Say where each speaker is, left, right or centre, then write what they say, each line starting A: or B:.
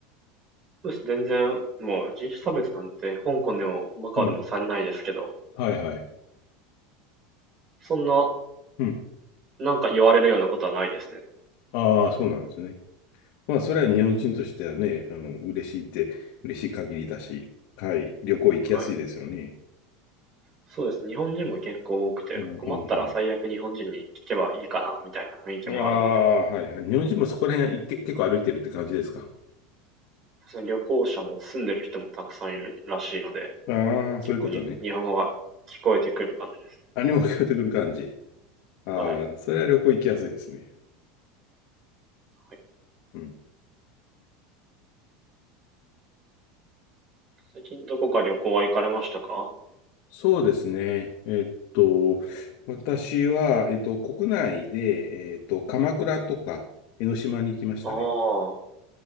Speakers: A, on the right; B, on the left.
A: そうです。全然、もう人種差別なんて香港でもマカオでもされないですけど、
B: うん。はいはい。
A: そんな
B: うん。
A: なんか言われるようなことはないですね。
B: ああ、そうなんですね。まあ、それは日本人としてはね、あの、嬉しいって、嬉しい限りだし、はい、旅行行きやすいですよね。
A: はい。そうです。日本人も結構多くて、
B: うんうん
A: 困ったら最悪日本人に聞けばいいかな、みたいな雰囲気もあるので、
B: うん。ああ、はいはい。日本人もそこら辺いけ結構歩いてるって感じですか
A: その旅行者も住んでる人もたくさんいるらしいので、
B: ああー、そういうことね。
A: 結構に日本語が聞こえてくる感じです。
B: 何も聞こえてくる感じ。ああ、
A: はい。
B: それは旅行行きやすいですね。
A: はい、
B: うん
A: 最近どこか旅行は行かれましたか
B: そうですね。えっと、私は、えっと、国内で、えっと、鎌倉とか江ノ島に行きましたね。
A: ああ、